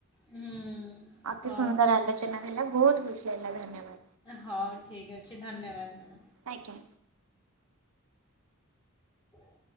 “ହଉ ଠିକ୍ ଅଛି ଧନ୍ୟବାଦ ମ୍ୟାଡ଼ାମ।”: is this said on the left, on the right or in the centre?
Left